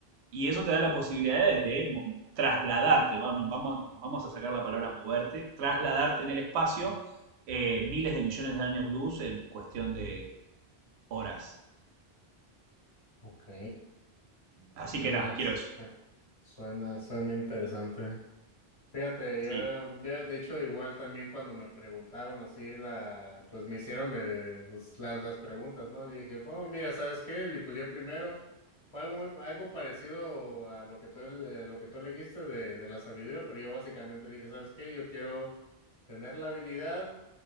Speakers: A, on the right (about 85°); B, on the left (about 40°).
A: Y eso te da la posibilidad de, de mo- trasladarte, va- no, vamos, vamos a sacar la palabra moverte, trasladarte en el espacio eh, miles de millones de años luz en cuestión de horas.
B: ok.
A: Así
B: Suena,
A: que nada, quiero eso.
B: suena, suena interesante. Fíjate,
A: Sí.
B: yo, yo de hecho igual también cuando me preguntaron así la, pues me hicieron de, pues las, las preguntas, ¿no? Y dije, bueno, mira, ¿sabes qué? Yo, pues yo primero fue algo muy- algo parecido a lo que tú, ele- lo que tú elegiste de, de la sabiduría, pero yo básicamente dije, ¿sabes qué? Yo quiero tener la habilidad